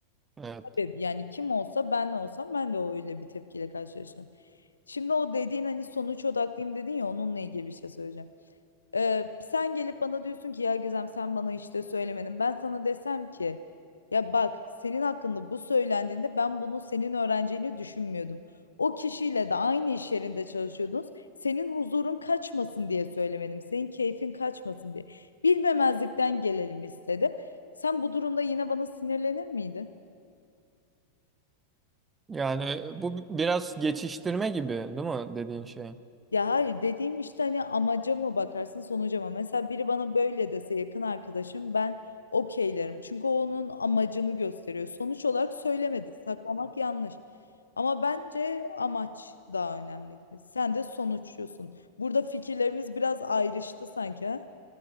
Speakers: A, on the right; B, on the left.
A: evet.
B: Tabii yani kim olsa ben de olsam ben de öyle bir tepkiyle karşılaşırım. Şimdi o dediğin hani sonuç odaklıyım dedin ya onunla ilgili bir şey söyleyeceğim. Ee, sen gelip bana diyorsun ki ya Gizem sen bana işte söylemedin. Ben sana desem ki ya bak senin hakkında bu söylendiğinde ben bunu senin öğreneceğini düşünmüyordum. O kişiyle de aynı iş yerinde çalışıyordunuz. Senin huzurun kaçmasın diye söylemedim. Senin keyfin kaçmasın diye. Bilmemezlikten gelelim istedim. Sen bu durumda yine bana sinirlenir miydin?
A: Yani bu biraz geçiştirme gibi değil mi dediğin şey?
B: Ya hayır dediğim işte hani amaca mı bakarsın sonuca mı? Mesela biri bana böyle dese yakın arkadaşım ben okeylerim. Çünkü o onun amacını gösteriyor. Sonuç olarak söylemedi. Saklamak yanlış. Ama bence amaç daha önemli gibi. Sen de sonuçluyorsun. Burada fikirlerimiz biraz ayrıştı sanki. ha?